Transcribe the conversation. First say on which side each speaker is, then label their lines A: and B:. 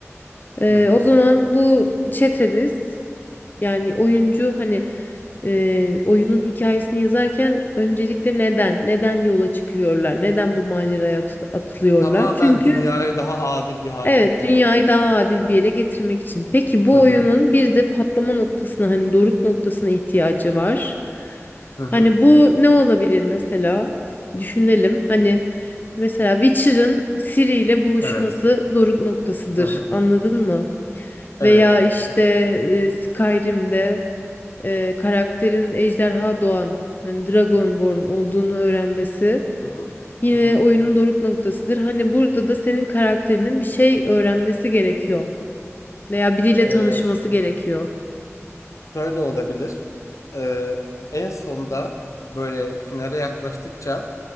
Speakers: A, on the left (about 35°); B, on the left (about 80°).
A: Ee,
B: Hı hı.
A: o zaman bu çetemiz yani oyuncu hani e, oyunun hikayesini yazarken öncelikle neden? Neden yola çıkıyorlar? Neden bu maceraya at- atılıyorlar?
B: Tamamen
A: Çünkü
B: dünyayı daha adil bir hale
A: Evet,
B: getirmek
A: dünyayı
B: için.
A: daha adil bir yere getirmek için. Peki bu
B: Hı
A: oyunun
B: hı.
A: bir de patlama noktasına hani doruk noktasına ihtiyacı var.
B: Hı hı.
A: Hani bu ne olabilir mesela? Düşünelim. Hani mesela Witcher'ın Ciri ile buluşması
B: Evet.
A: doruk noktasıdır.
B: Hı hı.
A: Anladın mı?
B: Evet.
A: Veya işte e, Skyrim'de e, karakterin ejderha doğan hani Dragonborn olduğunu öğrenmesi
B: Hı hı.
A: yine
B: Hı hı.
A: oyunun doruk noktasıdır. Hani burada da senin karakterinin bir şey öğrenmesi gerekiyor veya biriyle
B: E,
A: tanışması
B: ş-
A: gerekiyor.
B: şöyle olabilir. E, en sonda böyle finale yaklaştıkça